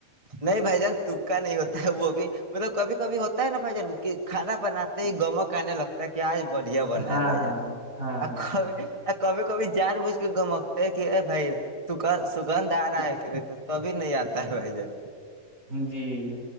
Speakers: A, on the right (about 25°); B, on the right (about 75°).
A: نہیں بھائی جان تکا نہیں ہوتا ہے وہ بھی مطلب کبھی کبھی ہوتا ہے نا بھائی جان کہ کھانا بناتے ہی گمک آنے لگتا ہے کہ آج بڑھیا بننا
B: ہاں
A: ہے بھائی
B: ہاں
A: جان آ
B: ہاں ہاں
A: کھب کبھی کبھی جان بوجھ کے گمکتے ہیں کہ ا بھائی سگ سگندھ آ رہا ہے کہ نہیں تو تبھی نہیں آتا ہے بھائی جان
B: جی